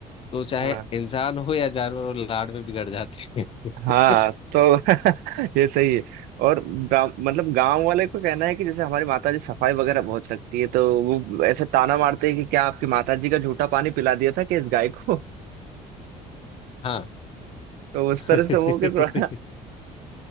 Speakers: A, on the left; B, on the right.
A: तो चाहे
B: हाँ
A: इंसान हो या जानवर हो लाड में बिगड़ जाते हैं
B: हाँ
A: <laughs>
B: तो <laughs> ये सही है और गाँव मतलब गांव वाले को कहना है कि जैसे हमारी माता जी सफाई वगैरह बहुत रखती है तो वो ऐसे ताना मारते हैं कि क्या आपकी माता जी का झूठा पानी पिला दिया था कि इस गाय को <laughs>
A: हाँ
B: तो उस
A: <laughs>
B: तरह से वो के थोड़ा